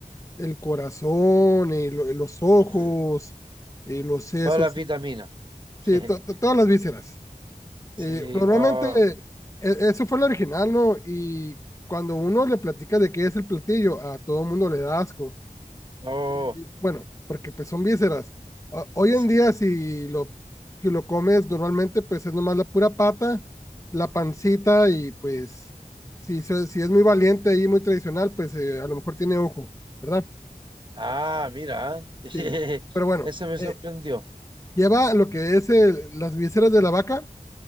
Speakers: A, on the left; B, on the right.
A: el corazón, eh, lo- los ojos,
B: uf.
A: eh, los sesos,
B: Todas las vitaminas.
A: sí,
B: <laughs>
A: to- to- todas las vísceras. Eh,
B: Sí,
A: normalmente,
B: oh,
A: e- eso fue el original, ¿no? Y cuando uno le platica de qué es el platillo, a todo mundo le da asco
B: oh,
A: y, bueno, porque pues son vísceras. O- Hoy
B: sí.
A: en día, si lo, si lo comes normalmente, pues es nomás la pura pata, la pancita y pues si, se- si es muy valiente y muy tradicional, pues eh, a lo mejor tiene ojo, ¿verdad?
B: Ah, mira, <laughs>
A: Sí. Pero bueno,
B: eso me
A: eh,
B: sorprendió.
A: lleva lo que es el- las vísceras de la vaca,